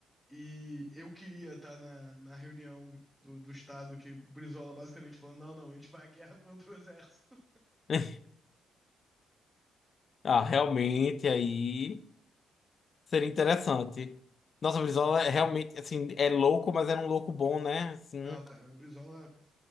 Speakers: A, in the centre; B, on the left (about 35°).
A: E eu queria estar na, na reunião do, do estado que o Brizola basicamente falando, não, não, a gente vai à guerra contra o exército.
B: <laughs> Ah, realmente aí. Seria interessante. Nossa, o Brizola é realmente, assim, é louco, mas era um louco bom, né? Assim,
A: Não, cara, o Brizola,